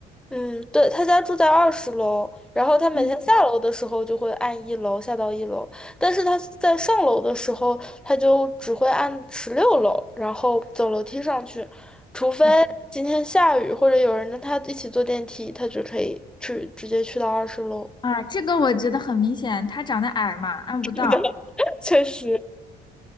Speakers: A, in the centre; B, on the left.
A: 嗯，对，他家住在二十楼，然后他每天下楼的时候就会按一楼下到一楼，
B: 嗯，
A: 但是他在上楼的时候，他就只会按十六楼，然后走楼梯上去，除非今天下雨或者有人跟他一起坐电梯，
B: 我
A: 他就可以去直接去到二十楼。
B: 啊，这个我觉得很明显，他长得矮嘛，按不到。
A: <laughs> 是的确实